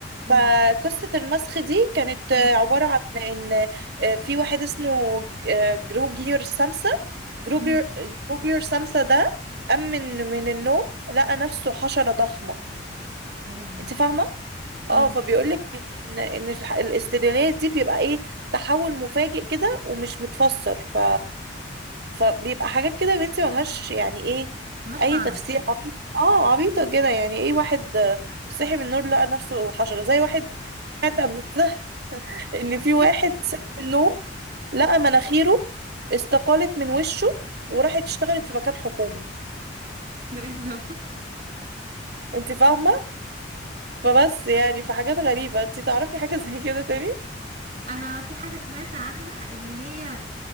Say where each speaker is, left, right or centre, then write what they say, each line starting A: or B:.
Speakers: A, on the right; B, on the right.
A: امم
B: فقصة المسخ دي كانت آه،
A: امم
B: عبارة عن ان آه، في واحد اسمه ج- آه، جروجير سامسا جروجير
A: أمم.
B: جروجير سامسا ده قام من من النوم لقى نفسه حشرة ضخمة
A: يا لهوي
B: انت فاهمة؟
A: اه
B: اه فبيقول لك ان ان الح- الاستريالية دي بيبقى ايه تحول مفاجئ كده ومش متفسر ف فبيبقى حاجات كده يا بنتي ملهاش يعني ايه
A: ملهاش
B: اي
A: معنى
B: تفسير عبيط اه عبيطة كده يعني ايه واحد آه، صحي من النور لقى نفسه حشرة زي واحد سمعت قبل كده <laughs> ان في واحد
A: <laughs>
B: صحي من النوم لقى مناخيره استقالت من وشه وراحت اشتغلت في مكان حكومي
A: ده ايه الرفض؟
B: انت فاهمة فبس يعني في حاجات غريبة انت تعرفي حاجة زي كده تاني
A: انا في حاجه سمعت عنها اللي هي